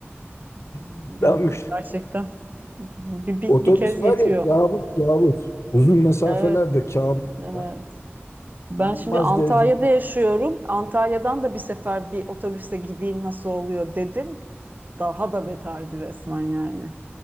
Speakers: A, on the left; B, on the right.
A: <laughs> Lan
B: Yok gerçekten. Bir, bir,
A: Otobüs
B: bir kez
A: var
B: yetiyor.
A: ya kabus kabus. Uzun mesafelerde
B: Evet,
A: kabus.
B: evet.
A: ya.
B: Ben
A: İnanılmaz
B: şimdi Antalya'da
A: derecede
B: yaşıyorum. Antalya'dan da bir sefer bir otobüste gideyim nasıl oluyor dedim. Daha da beterdi resmen yani.